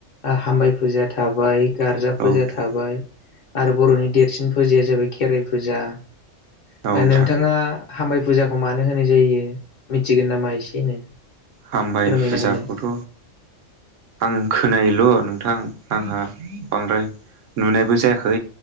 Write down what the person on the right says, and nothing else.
नोंथां
औ नोंथां
औ नोंथां
हामबाय
फुजाखौथ'
आं खोनायोल' नोंथां आंहा बांद्राय नुनायबो जायाखै